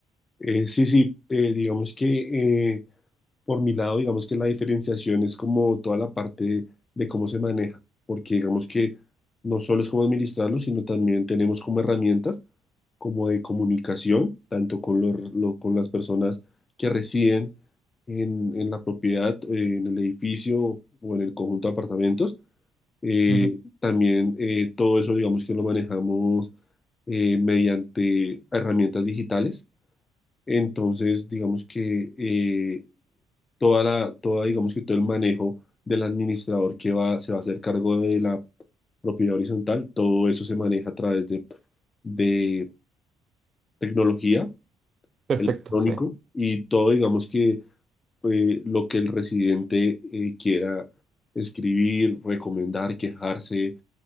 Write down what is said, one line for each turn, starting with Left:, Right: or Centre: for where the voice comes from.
Left: Eh, sí, sí, eh, digamos que eh, por mi lado, digamos que la diferenciación es como toda la parte de cómo se maneja, porque digamos que no solo es cómo administrarlo, sino también tenemos como herramientas. como de comunicación, tanto con, los- lo- con las personas que residen en, en la propiedad, eh, en el edificio o en el conjunto de apartamentos. Eh,
Right: Ujú.
Left: también eh, todo eso, digamos que lo manejamos eh, mediante herramientas digitales. Entonces, digamos que eh, toda la, toda, digamos que todo el manejo del administrador que va, se va a hacer cargo de la propiedad horizontal, todo eso se maneja a través de, de tecnología
Right: Perfecto,
Left: electrónico
Right: sí.
Left: y todo, digamos que eh, lo que el residente eh, quiera escribir, recomendar, quejarse,